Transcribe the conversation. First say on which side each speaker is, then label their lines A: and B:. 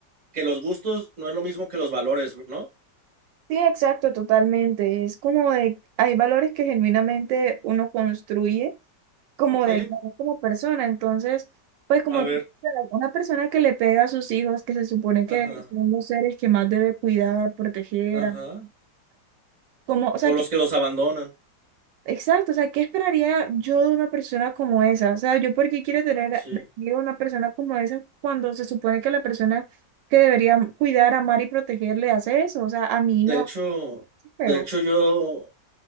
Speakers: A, on the right; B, on the right.
A: que los gustos no es lo mismo que los valores, ¿no?
B: Sí, exacto, totalmente. Es como de, hay valores que genuinamente uno construye como
A: Ok,
B: del valor como persona. Entonces, pues como
A: a ver,
B: tú sabes, una persona que le pega a sus hijos, que se supone
A: ajá,
B: que son los seres que más debe cuidar, proteger,
A: ajá.
B: amar, como, o sea,
A: O
B: que,
A: los que los abandonan,
B: exacto, o sea, ¿qué esperaría yo de una persona como esa? O sea, yo por qué quiero tener
A: sí.
B: a digo, una persona como esa cuando se supone que la persona que debería cuidar, amar y proteger le hace eso. O sea, a mí
A: De
B: me va
A: hecho,
B: a hacer feo.
A: de hecho yo,